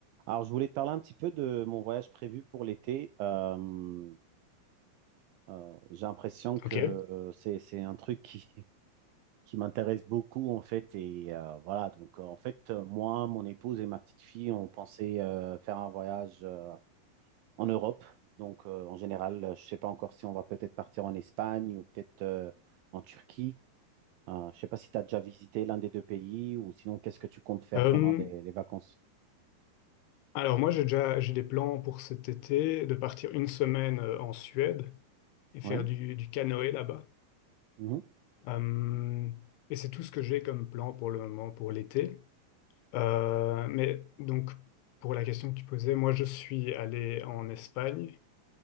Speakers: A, on the right; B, on the left.
A: Alors, je voulais te parler un petit peu de mon voyage prévu pour l'été. Euh, euh, j'ai l'impression que
B: Ok.
A: euh, c'est, c'est un truc qui, <laughs> qui m'intéresse beaucoup, en fait. Et euh, voilà, donc euh, en fait, euh, moi, mon épouse et ma petite fille, on pensait euh, faire un voyage euh, en Europe. Donc, euh, en général, euh, je ne sais pas encore si on va peut-être partir en Espagne ou peut-être euh, en Turquie. Euh, je ne sais pas si tu as déjà visité l'un des deux pays ou sinon, qu'est-ce que tu comptes faire
B: Euh,
A: pendant les, les vacances?
B: alors moi j'ai déjà j'ai des plans pour cet été de partir une semaine euh, en Suède et faire
A: Oui.
B: du, du canoë là-bas.
A: Mhm.
B: Euh, et c'est tout ce que j'ai comme plan pour le moment pour l'été. Euh, mais donc pour la question que tu posais, moi je suis allé en Espagne,